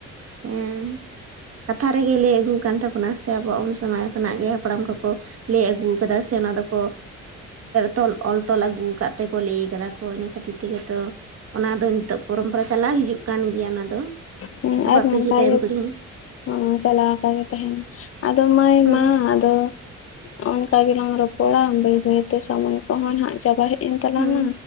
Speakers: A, on the right; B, on the left.
A: ᱦᱮᱸ ᱠᱟᱛᱷᱟ ᱨᱮᱜᱮ ᱞᱟᱹᱭ ᱟᱹᱜᱩ ᱠᱟᱱ ᱛᱟᱵᱚᱱᱟ ᱥᱮ ᱟᱵᱚᱣᱟᱜ ᱩᱱ ᱥᱚᱢᱟ ᱠᱷᱚᱱᱟᱜ ᱜᱮ ᱦᱟᱯᱲᱟᱢ ᱠᱚᱠᱚ ᱞᱟᱹᱭ ᱟᱹᱜᱩ ᱠᱟᱫᱟ ᱥᱮ ᱚᱱᱟ ᱫᱚᱠᱚ ᱛᱚᱞ ᱚᱞ ᱛᱚᱞ ᱟᱹᱜᱩ ᱟᱠᱟᱫ ᱛᱮᱠᱚ ᱞᱟᱹᱭ ᱠᱟᱫᱟ ᱠᱚ ᱤᱱᱟᱹ ᱠᱷᱟᱹᱛᱤᱨ ᱛᱮᱜᱮ ᱛᱚ ᱚᱱᱟ ᱫᱚ ᱱᱤᱛᱚᱜ ᱯᱚᱨᱚᱢᱯᱚᱨᱟ ᱪᱟᱞᱟᱣ ᱦᱤᱡᱩᱜ ᱠᱟᱱ ᱜᱮᱭᱟ ᱫᱚ᱾
B: ᱦᱮᱸ
A: ᱟᱵᱚᱣᱟᱜ
B: ᱟᱨᱠᱟᱟᱭ
A: ᱯᱤᱲᱦᱤ ᱛᱟᱭᱚᱢ
B: <unintelligible>
A: ᱯᱤᱲᱦᱤ
B: ᱦ ᱪᱟᱞᱟᱣ ᱟᱠᱟᱜ ᱜᱮ ᱛᱟᱦᱮᱱᱟ ᱟᱫᱚ ᱢᱟᱹᱭ
A: ᱦᱮᱸ
B: ᱢᱟ ᱟᱫᱚ ᱚᱱᱠᱟ ᱜᱮᱞᱟᱝ ᱨᱚᱯᱚᱲᱟ ᱵᱟᱹᱭ ᱵᱟᱹᱭᱛᱮ ᱥᱚᱢᱚᱭ ᱠᱚᱦᱚᱸ ᱱᱟᱦᱟᱜ ᱪᱟᱵᱟᱭ ᱦᱩᱭᱩᱜᱼᱟ ᱮᱱ ᱛᱟᱞᱟᱝᱟ
A: ᱦᱮᱸ